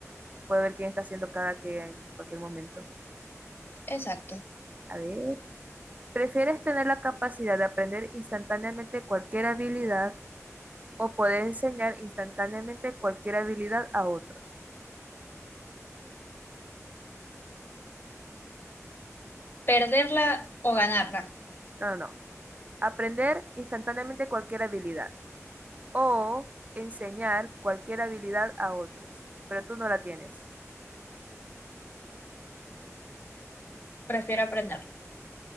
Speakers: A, on the right; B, on the left.
A: Puedo ver quién está haciendo cada que en cualquier momento.
B: Exacto.
A: A ver, ¿prefieres tener la capacidad de aprender instantáneamente cualquier habilidad o poder enseñar instantáneamente cualquier habilidad a otros?
B: Perderla o ganarla.
A: No, no, no. Aprender instantáneamente cualquier habilidad o enseñar cualquier habilidad a otros, pero tú no la tienes.
B: Prefiero aprenderla.